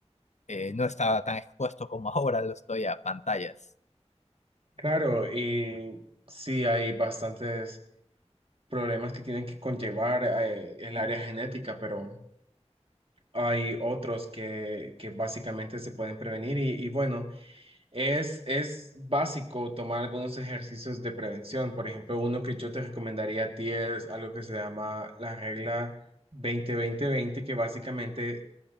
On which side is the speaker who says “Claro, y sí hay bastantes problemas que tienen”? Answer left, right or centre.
Right